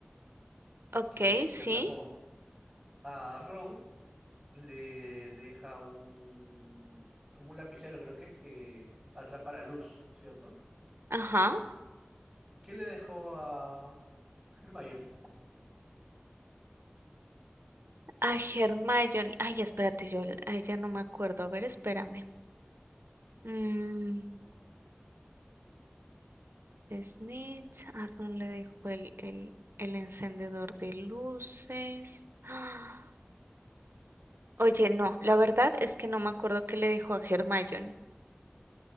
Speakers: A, on the right; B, in the centre.
A: Ok,
B: que,
A: sí,
B: que atrapó. A Ron le deja un, como un lapicero, creo que es, que atrapa la luz, ¿cierto?
A: ajá.
B: ¿Qué le dejó a Hermione?
A: A Hermione. Ay, espérate, yo l- ay, ya no me acuerdo. A ver, espérame. Mm, Snitch. A Ron le dejó el, el, el encendedor de luces. ¡Ah! Oye, no, la verdad es que no me acuerdo qué le dejó a Hermione.